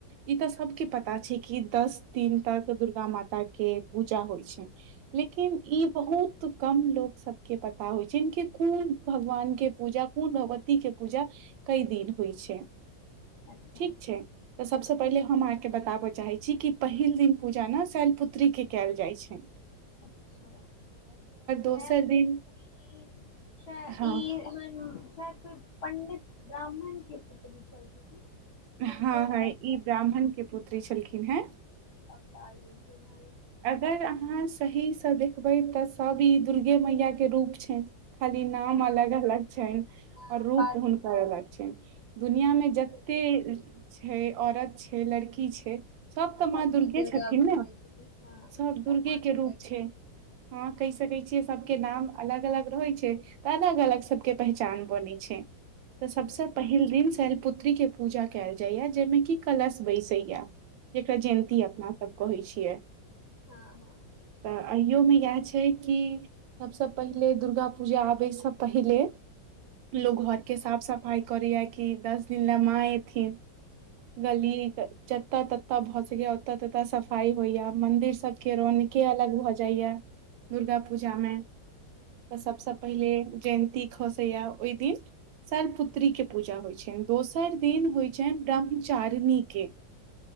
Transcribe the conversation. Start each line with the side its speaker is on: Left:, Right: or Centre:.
Right: ई तऽ सबके पता छै कि दस दिन तक दुर्गा माता के पूजा होइ छै। <unintelligible> लेकिन ई बहुत। <unintelligible> त कम लोकोग सबके पता होइ छै कि कोन भगवान के पूजा कोन भगवती के पूजा। कई दिन होइ छै। <unintelligible>
Left: अच्छा
Right: ठीक छै तऽ सबसँ। पहिले हम अहाँकेँ बताबय चाहैत छी कि पहिल दिन पूजा ने शैलपुत्रीके कयल जाइत छनि।
Left: अछा शद
Right: दोसर
Left: पुत्री
Right: दिन
Left: श
Right: हँ
Left: ई शरद पत्र पण्डित। <unintelligible> ब्राह्मण केी पुत्री छलखीन न। <unintelligible>
Right: हँ-
Left: हुनकर अथी
Right: हँं- ई ब्राह्मण के पुत्री छलखिन हैं। <unintelligible>
Left: अवतार लेलखिन हन।
Right: अगर अहाँ सहीसँ देखबै तऽ सभ ई दुर्गे मैयाके रूप छैन। खाली नाम
Left: हँ
Right: अलग
Left: ओते
Right: -अलग छनि
Left: हँ
Right: आओर रूप
Left: बात
Right: हुनकर
Left: तऽ सही
Right: अलग
Left: छै
Right: छनि दुनिआँमे जतेक।
Left: तऽ
Right: छै औरत छै लड़की छै। <unintelligible> सभ तऽ
Left: सब
Right: माँ दुर्गे
Left: दुर्गा
Right: छथिन
Left: पूजै
Right: ने?
Left: छथिन हँ
Right: सब दुर्गे
Left: माँ दुर्गा
Right: के रूप छै हँ कहि सकै छिय सबके नाम अलग-अलग रहै छै तऽ अलग-अलग सबके पहचान बनै छै। तऽ सबसँ
Left: हूँ,
Right: पहिल दिन शैल पुत्री के पूजा कयल जाइया जाहिमे कि कलश बैसैया। जेकरा जयन्ती अपना सब कहै छी। <unintelligible> <unintelligible>
Left: हँ हँ
Right: अइयोमे इएह छै कि सभसँ पहिले दुर्गा पूजा आबयसँ पहिले लोग घर के साफ-सफाइ करया की दस दिन ला माँ एथिन गलीक
Left: अच्छा
Right: चच ओता ततता भऽ सकैया ओतता तत सफाई होइया। मंदिर सबके रौनक अलग भऽ जाइया। दुर्गा पूजामे। तऽ सबसँ पहिले जैन ती खसैया ओहि दिन शैलपुत्री के पूजा होइ छनि दोसर दिन होइ छनि ब्रह्मचारिणीे के।